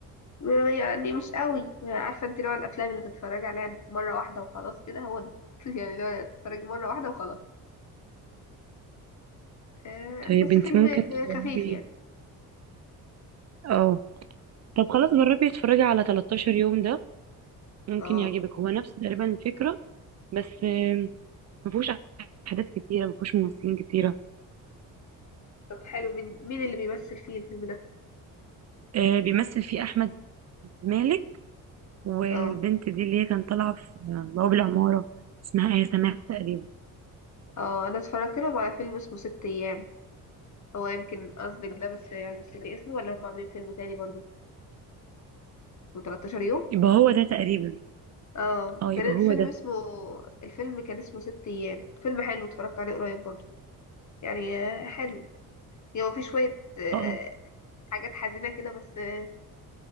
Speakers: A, on the left; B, on the right.
A: <laughs> يعني مش قوي عارفة انت نوع الافلام اللي تتفرج عليها مرة واحدة وخلاص كده هو ده <laughs> يعني لو تتفرج مرة واحدة وخلاص آه يعني
B: طيب
A: بس
B: انت
A: فيلم
B: ممكن تجربي
A: خفيف يعني
B: اه طب خلاص جربي اتفرجي على 13 يوم ده ممكن
A: اه
B: يعجبك هو نفس تقريبا الفكرة بس آه، مفهوش احداث كتيرة مفهوش ممثلين كتيرة
A: طب حلو مين مين اللي بيمثل فيه الفيلم ده
B: آه، بيمثل فيه احمد مالك والبنت
A: اه
B: دي اللي هي كانت طالعة في بواب العمارة اسمها ايه سماح تقريبا
A: اه انا اتفرجت لهم على فيلم اسمه ست ايام هو يمكن قصدك ده بس يعني مش فاكر اسمه ولا هم عاملين فيلم تاني برضو اسمه 13 يوم
B: يبقى هو ده تقريبا
A: اه
B: اه
A: كان
B: يبقى هو
A: الفيلم
B: ده
A: اسمه الفيلم كان اسمه ست ايام فيلم حلو اتفرجت عليه قريب برضو يعني آه، حلو يعني هو في شوية آه،
B: اه
A: حاجات حزينة كده بس آه،